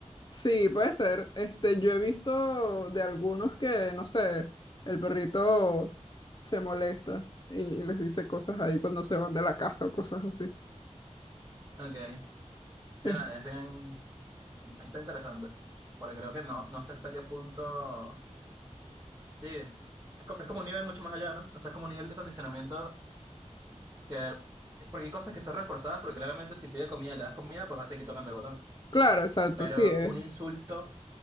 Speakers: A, on the left; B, on the right.
A: Sí, puede ser. Este, yo he visto de algunos que, no sé, el perrito se molesta y, y les dice cosas ahí cuando se van de la casa o cosas así.
B: Ok. Sí,
A: Eh,
B: no, es bien. Está interesante. Porque creo que no, no sé hasta qué punto. Sí. Es como, es como un nivel mucho más allá, ¿no? O sea, es como un nivel de condicionamiento que. Porque hay cosas que son reforzadas, porque claramente si pide comida y le das comida, pues va a seguir tocando el botón.
A: Claro, exacto,
B: Pero
A: sí, es,
B: un insulto,